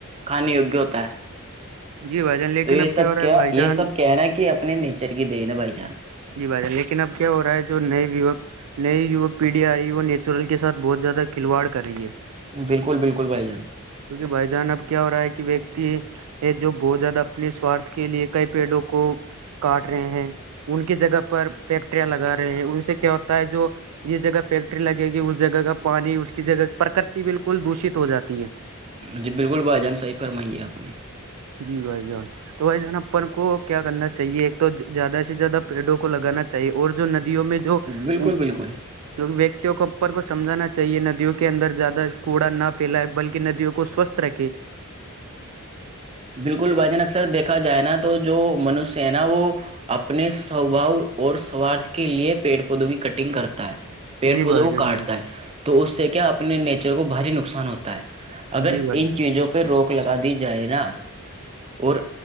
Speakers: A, on the right (about 25°); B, on the right (about 80°).
A: کھان وگیہ ہوتا ہے
B: جی بھائی جان لیکن
A: تو یہ
B: اب
A: سب
B: ہو رہا
A: کیا
B: ہے بھائی
A: یہ
B: جان
A: سب کہنا کہ اپنے نیچر کی دینا بھائی جان
B: جی بات لیکن اب کیا ہو رہا ہے جو نئے یوک نئی یوک پیڑھی آ رہی ہے وہ نیچرل کے سھ بہت زیادہ کھلواڑ کر رہی ہے
A: بالکل بالکل بھائی جان
B: کیونکہ بھائی جان اب کیا ہو رہا ہے کہ ویکتی یہ جو بہت زیادہ اپنے سوارھ کے لیے کئی پیڑوں کو کاٹ رہے ہیں ان کی جگہ پر فیکٹریاں لگا رہے ہیں ان سے کیا ہوتا ہے جو <unintelligible> جس جگہ فیکٹری لگے گی اس جگہ کا پانی اس کی جگہ پرکرتی بالکل دشت ہو جاتی ہے
A: جی بالکل بھائی جان صحیح فرمائیے آپ نے
B: جی بھائی جان تو بھائی جان اپن کو کیا کرنا چاہیے ایک تو زیادہ زیادہ پیڑوں کو لگانا چاہیے اور جو ندیوں میں جو
A: بالکل
B: کیون
A: بالکل
B: ویککتوں کو اپر کو سمجھانا چاہیے ندیوں کے اندر زیادہ کوڑا نہ پھیلا ہے بلکہ ندیوں کو سوستھ ترکی
A: بالکل بھائی جان اکثر دیکھا جائے نا تو جو منش ہے نا وہ اپنے سوباؤ اور سوارھ کے لیے پیڑ پودوں کی کٹنگ کرتا ہے پیڑ
B: جی
A: پودوںؤ
B: بھائی جان
A: کاٹتا
B: بالکل
A: ہے تو اس سے کیا اپنے نیچر کو بھاری نقصان ہوتا ہے اگر
B: جی بھائی
A: ان
B: جان
A: چیزوں پر پہ روک لگا دی جائے نا اور